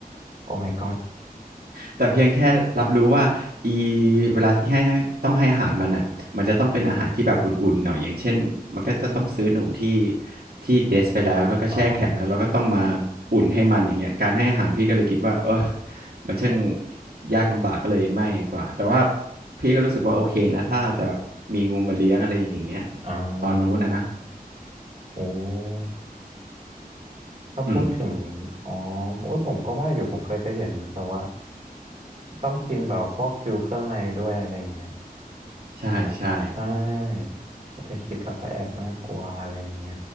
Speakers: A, on the right; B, on the right.
A: โอ้ my god
B: แต่เพียงแค่รับรู้ว่าอีเวลาที่ให้ให้ต้องให้อาหารมันอ่ะมันจะต้องเป็นอาหารที่แบบอุ่นๆหน่อยอย่างเช่นมันก็จะต้องซื้อหนูที่ที่เดสไปแล้วแล้วก็แช่แข็งแล้วเราก็ต้องมา
A: อ๋อ
B: อุ่นให้มันอย่างเงี้ยการให้อาหารพี่ก็เลยคิดว่าเออมันช่างยากลำบากก็เลยไม่ดีกว่าแต่ว่าพี่ก็รู้สึกว่าโอเคนะถ้าจะแบบมีงูมาเลี้ยงอะไรอย่างเงี้ย
A: อ๋อ
B: ตอนนู้นนะนะ
A: โอ้ถ้าพูดถึง
B: อืม
A: อ๋อโอ้ยผมก็ว่าอยู่ผมเคยไปเห็นเหมือนแบบว่าต้องกินแบบพวกฟิวเครื่องในด้วยอะไรอย่างเงี้ย
B: ใช่ใช่
A: ใช่ก็จะคิดแล้วก็แอบน่ากลัวอะไรอย่างเงี้ย